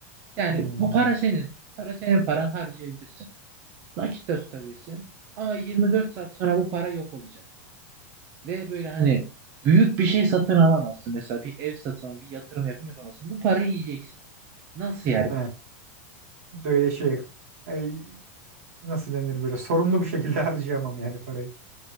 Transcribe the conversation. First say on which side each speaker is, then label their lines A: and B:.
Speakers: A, on the right; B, on the right.
A: Yani
B: Hmm.
A: bu para senin. Para senin paran harcayabilirsin. Nakit de tutabilirsin. Ama 24 saat sonra bu para yok olacak. Ve böyle hani büyük bir şey satın alamazsın. Mesela bir ev satın, bir yatırım yapayım yapamazsın. Bu parayı yiyeceksin. Nasıl yani?
B: He. Böyle şey ay, nasıl denir böyle sorumlu bir şekilde <laughs> harcayamam yani parayı.